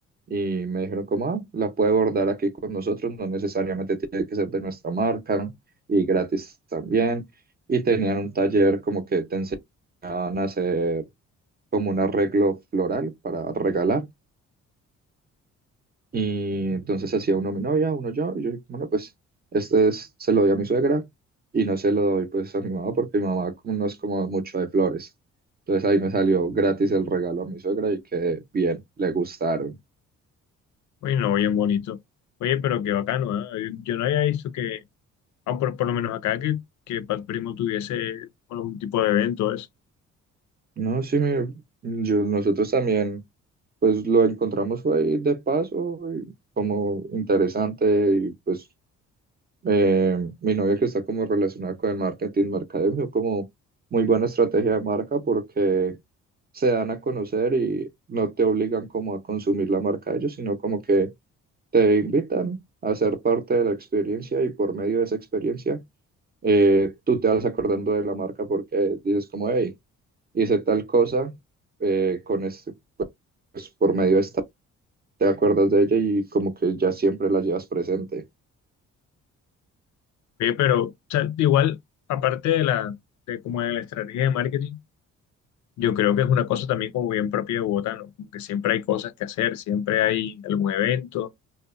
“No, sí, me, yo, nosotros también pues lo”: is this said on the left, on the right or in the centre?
Right